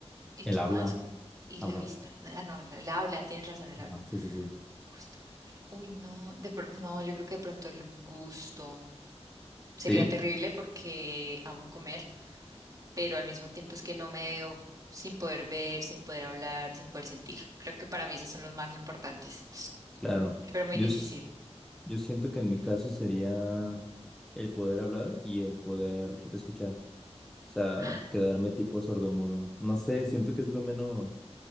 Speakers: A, on the right (about 30°); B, in the centre.
A: y
B: El
A: qué
B: habla,
A: más. Gu- Y
B: hablar.
A: la vista. Ah, no, la- el habla, tienes razón, el habla.
B: Ajá, Sí, sí, sí.
A: Gusto, el habla. Uy, no, de pronto, no, yo creo que de pronto el gusto sería
B: ¿Sí?
A: terrible porque amo comer pero al mismo tiempo es que no me veo sin poder ver, sin poder hablar, sin poder sentir. Creo que para mí esos son los más importantes,
B: Claro.
A: pero muy
B: Yo,
A: difícil.
B: s- yo siento que en mi caso sería el poder hablar y el poder escuchar. O sea,
A: <gasps>
B: quedarme tipo sordomudo. No sé, siento que es lo menos